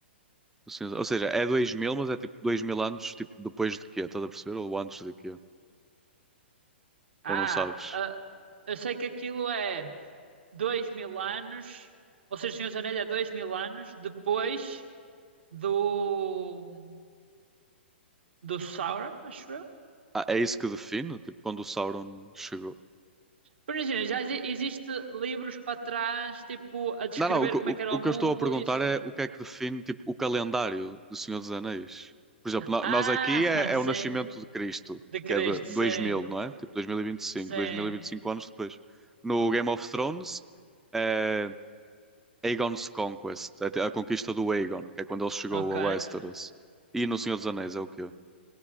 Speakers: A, in the centre; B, on the right.
A: do Senhor dos Ou seja, é dois mil mas é tipo 2000 anos tipo, depois de quê? Estás a perceber? Ou antes de quê?
B: ah,
A: Ou não sabes?
B: ah, eu sei que aquilo é 2.000 anos. Ou seja, os Senhores dos Anéis é 2.000 anos depois do, do Sauron, acho eu.
A: Ah, é isso que define? Tipo, quando o Sauron chegou.
B: Por imagina, já exi- existe livros para trás, tipo, a descrever
A: Não, não, o, que
B: como
A: o-
B: é que era
A: o
B: o
A: que
B: mundo,
A: eu estou a perguntar
B: isso.
A: é o que é que define, tipo, o calendário do Senhor dos Anéis. Por exemplo, no-
B: Ah,
A: nós aqui é,
B: <laughs>
A: é
B: sim.
A: o nascimento de Cristo,
B: De Cristo,
A: que é de dois
B: sim.
A: mil, não é? Tipo, dois dois mil mil e vinte e cinco,
B: Sim.
A: dois mil e vinte vinte cinco, e cinco anos depois. No Game of Thrones é Aegon's Conquest, é a conquista do Aegon, que é quando ele chegou
B: Ok.
A: a Westeros. E no Senhor dos Anéis é o quê?